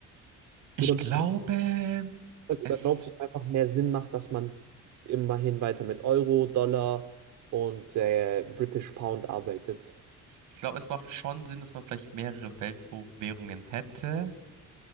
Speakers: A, on the right; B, on the right.
A: ich
B: Oder bist
A: glaube,
B: du da, oder
A: es,
B: glaubst du dass es einfach mehr Sinn macht, dass man immerhin weiter mit Euro, Dollar und äh, British Pound arbeitet?
A: ich glaube, es macht schon Sinn, dass man vielleicht mehrere Weltwährungen hätte,